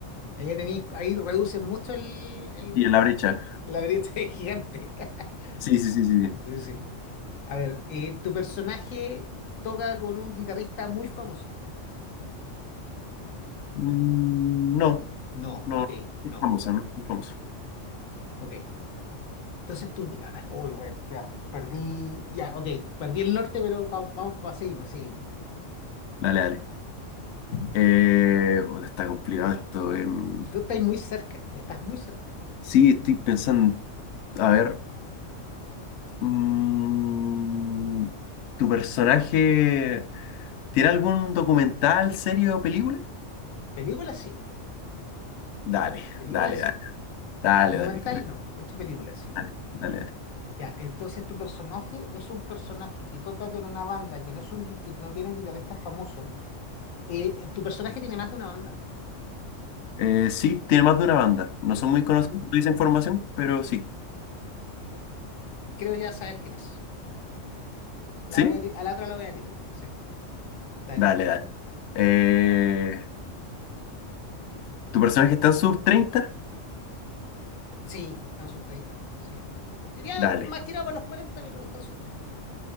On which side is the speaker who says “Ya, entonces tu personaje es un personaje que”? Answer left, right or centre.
Left